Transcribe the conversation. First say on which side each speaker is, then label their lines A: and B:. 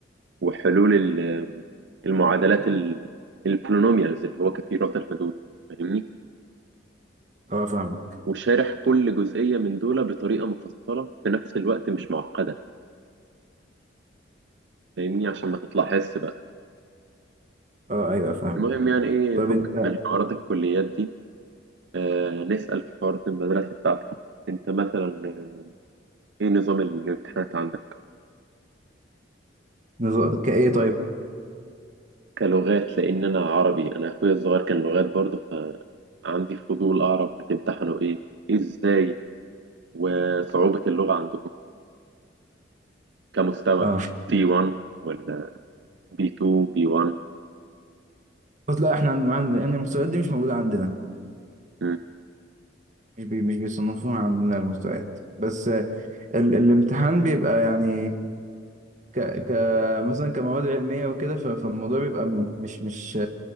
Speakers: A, on the right (about 65°); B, on the right (about 40°).
A: وحلول ال- المعادلات ال- البولينوميالز اللي هو كثيرات الحدود فاهمني
B: اه فاهم
A: وشارح كل جزئية من دول بطريقة مفصلة في نفس الوقت مش معقدة فاهمني عشان ما تطلع حس بقى
B: اه ايوه فاهم
A: المهم يعني ايه
B: طيب
A: فك
B: انت
A: من حوارات الكليات دي آه نسأل في حوارات المدرسة بتاعتك انت مثلا آه، ايه نظام الامتحانات عندك
B: نظ- كايه طيب
A: كلغات لأن أنا عربي أنا أخويا الصغير كان لغات برضه فعندي فضول أعرف بتمتحنوا إيه إزاي وصعوبة اللغة عندكم كمستوى
B: اه
A: C1 ولا B2 B1
B: بس لا احنا عندنا عند... يعني المستويات دي مش موجوده عندنا
A: مم.
B: مش بي... مش بيصنفوها عندنا المستويات بس ال الامتحان بيبقى يعني ك ك مثلا كمواد علميه وكده ف- فالموضوع بيبقى م- مش مش